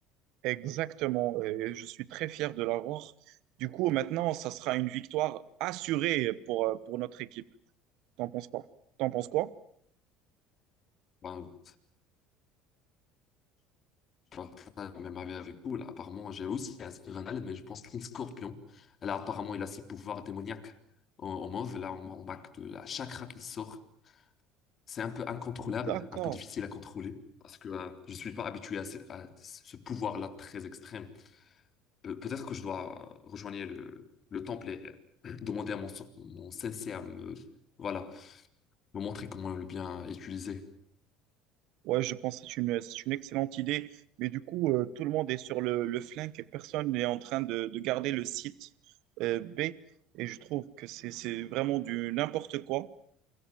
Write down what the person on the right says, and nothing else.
Exactement. Et je suis très fier de l'avoir. Du coup, maintenant, ça sera une victoire assurée pour, euh, pour notre équipe. T'en penses quoi? T'en penses quoi?
D'accord.
Ouais, je pense que c'est une, c'est une excellente idée. Mais du coup, euh, tout le monde est sur le, le flingue et personne n'est en train de, de garder le site euh, B. Et je trouve que c'est c'est vraiment du n'importe quoi.